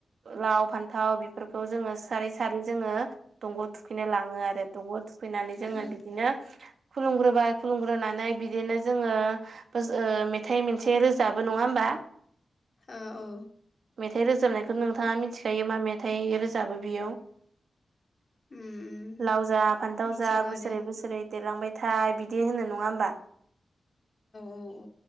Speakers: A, on the right; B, on the left.
A: लाव फान्थाव बेफोरखौ जोङो सारै सारै जोङो। दंग' थुखैनो लाङो आरो दंग' थुखैनानै जोङो
B: उम
A: बिदिनो खुलुमग्रोबाय खुलुमगो ग्रोनानै बिदिनो जोङो ओ मेथाइ मोनसे रोजाबो नङा होमबा?
B: औ औ
A: मेथाइ रोजाबनायखौ नोंथाङा मिनथि मा मेथाइ रोजाबो बेयाव
B: उम उम
A: लाव जा फान्थाव
B: मिथिगौ
A: जा बोसोरै
B: दे
A: बोसोरै
B: औ
A: देरलांबायथा बिदि होनो नङा होमबा?
B: औ औ